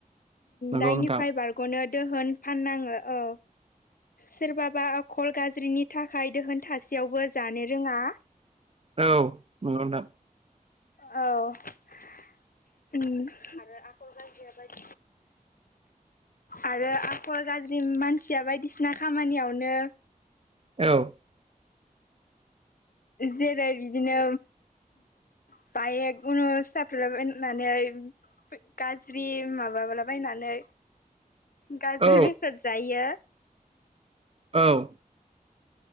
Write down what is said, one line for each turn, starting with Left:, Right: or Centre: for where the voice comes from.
Right: नंगौ
Left: दायनिफ्राय
Right: नोंथां
Left: बारग'नो दोहोन फाननाङो औ सोरबाबा कल गाज्रिनि थाखाय दोहोनथासेयावबो जानो रोङा
Right: औ नंगौ नोंथां
Left: औ उम आरो आखल गारजिया बायदि
Right: <inaudible>
Left: आरो आखल गाज्रि मानसिया बायदिसिना खामानियावनो
Right: औ
Left: जेरै बिदिनो <unintelligible> गाज्रि माबाब्ला बायनानै गाज्रि
Right: औ
Left: बेसाद जायो
Right: औ